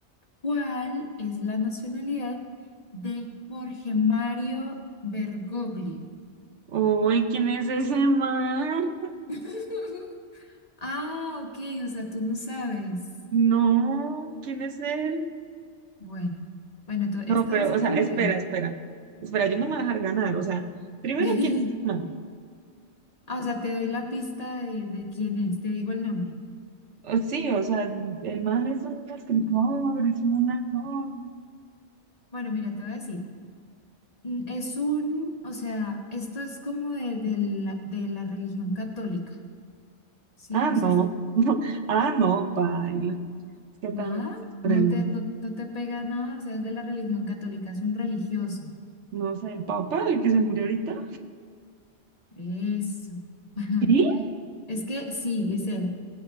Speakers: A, on the left; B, on the right.
A: ¿cuál es la nacionalidad de Jorge Mario Bergoglio?
B: <laughs> Uy, ¿quién es ese man?
A: <laughs> Ah, ok, o sea, tú no sabes.
B: No, ¿quién es él?
A: Bueno, bueno, to- esta
B: No, pero,
A: sí
B: o
A: te
B: sea,
A: la
B: espera,
A: digo.
B: espera. Espera, yo no me voy a dejar ganar. O sea, primero,
A: <laughs>
B: ¿quién es el man?
A: Ah, o sea, te doy la pista de, de quién es, te digo el nombre.
B: O- sí, o sea, el man es un escritor, es un actor.
A: Bueno, mira, te voy a decir, mm, es un, o sea, esto es como de, de la, de la religión católica, ¿sí?
B: Ah,
A: No sé
B: no.
A: si,
B: <laughs> Ah, no, paila. Es que
A: nada,
B: también esas preguntas.
A: no te, no, no te pega nada, o sea, es de la religión católica, es un religioso.
B: No sé, ¿el papá, el que se murió ahorita?
A: Eso. <laughs>
B: ¿Sí?
A: Es que sí, es él,